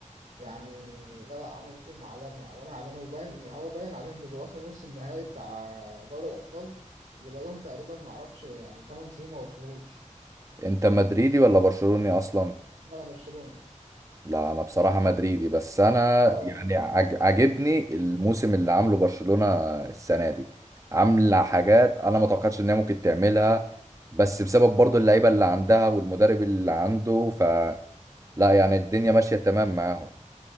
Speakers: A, on the right (about 75°); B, on the right (about 25°).
A: يعني لا لا عامله موسم عالمي عالمي عالمي وباين هو باين عليهم دول وصلوا نص النهائي بتاع دوري الابطال اللي بقالهم تقريبا ما اعرفش يعني 8 سنين ما وصلوهوش
B: انت مدريدي ولا برشلوني اصلا
A: انا برشلوني
B: لا انا بصراحه مدريدي بس انا
A: لا لا،
B: يعني عج- عاجبني الموسم اللي عامله برشلونه السنه دي عامله حاجات انا ما توقعتش ان هي ممكن تعملها بس بسبب برضو اللعيبه اللي عندها والمدرب اللي عنده ف لا يعني الدنيا ماشيه تمام معاهم